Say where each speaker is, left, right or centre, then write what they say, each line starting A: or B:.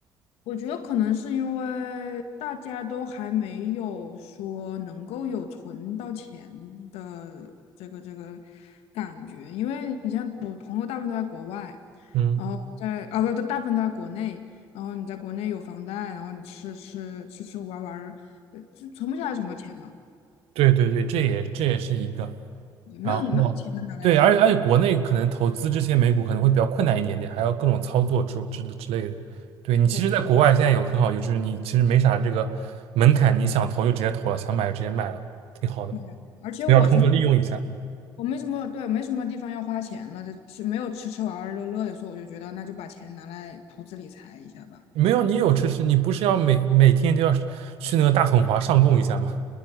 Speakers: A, on the left; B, on the right.
A: 我觉得可能是因为大家都还没有说能够有存到钱的这个这个感觉，因为你像我朋友大部分都在国外，
B: 嗯，
A: 然后在啊不，大部分都在国内，然后你在国内有房贷，然后你吃吃吃吃玩玩儿，呃就存不下来什么钱嘛，
B: 对对对，这也这也是一个。
A: 没有没有钱能拿来投。
B: 然后对，而且而且国内可能投资这些美股可能会比较困难一点点，还要各种操作之之之类的。对你其实，
A: 对
B: 在国外现在有很好，就是你其实没啥这个门槛，你想投就直接投了，想买就直接买了，挺好的，
A: 对，而且我现在。
B: 所以要充分利用一下。
A: 我没什么，对，没什么地方要花钱了，就是没有吃吃玩玩乐乐的时候，我就觉得那就把钱拿来投资理财一下吧。
B: 没有，你有知识，你不是要每每天就要去那个大统华上供一下吗？